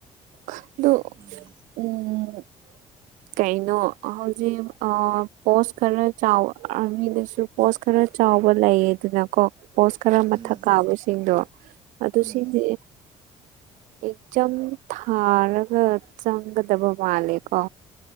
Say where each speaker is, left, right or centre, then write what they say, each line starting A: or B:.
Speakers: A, on the right; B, on the right.
A: ꯈꯠ ꯗꯨ
B: ꯎꯝ
A: ꯑꯝ ꯀꯩꯅꯣ ꯍꯧꯖꯤꯛ ꯑ ꯄꯣꯁ ꯈꯔ ꯆꯥꯎ ꯑꯥꯔꯃꯤꯗꯁꯨ ꯄꯣꯁ ꯈꯔ ꯆꯥꯎꯕ ꯂꯩꯌꯦꯗꯅ ꯀꯣ ꯄꯣꯁ ꯈꯔ ꯃꯊꯛ
B: ꯎꯝ
A: ꯀꯥꯕꯁꯤꯡꯗꯣ ꯑꯗꯨꯁꯤꯡꯗꯤ
B: ꯎꯝ
A: ꯑꯦꯆꯝ ꯊꯥꯔꯒ ꯆꯪꯒꯗꯕ ꯃꯥꯂꯦꯀꯣ